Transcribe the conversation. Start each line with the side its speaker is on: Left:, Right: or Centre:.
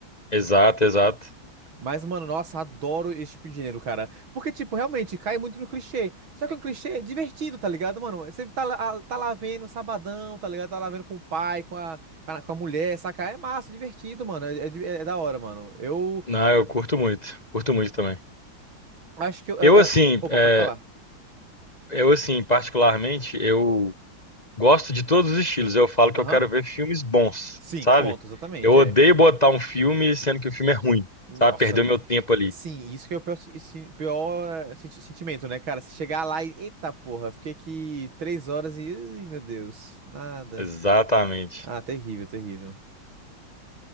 Left: Exato, exato.
Right: Mas, mano, nossa, adoro esse tipo de gênero, cara. Porque, tipo, realmente cai muito no clichê. Só que é um clichê divertido, tá ligado, mano? Você tá, lá- tá lá vendo sabadão, tá ligado? Tá lá vendo com o pai, com a, com a, com a mulher, saca? É massa, divertido, mano. É, é de- é é da hora, mano. Eu
Left: Não, eu curto muito. Curto muito também.
Right: acho que eu. é-
Left: Eu, assim,
Right: é- Opa,
Left: é,
Right: pode falar.
Left: eu, assim, particularmente, eu gosto de todos os estilos. Eu falo
Right: Aham.
Left: que eu quero ver filmes bons,
Right: Sim,
Left: sabe?
Right: ponto, exatamente,
Left: Eu odeio
Right: é.
Left: botar um filme sendo que o filme é ruim,
Right: Sim. Nossa,
Left: sabe? Perder o meu tempo ali.
Right: sim, isso que é o pior, se- se- pior, eh, senti- sentimento, né, cara? Você chegar lá e, eita porra, fiquei aqui três horas e, ai, meu Deus, nada.
Left: Exatamente.
Right: Ah, terrível, terrível.